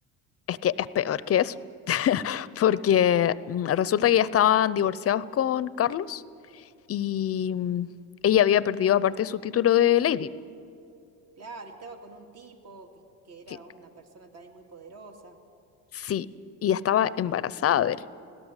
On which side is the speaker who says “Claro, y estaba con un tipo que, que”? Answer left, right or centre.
Right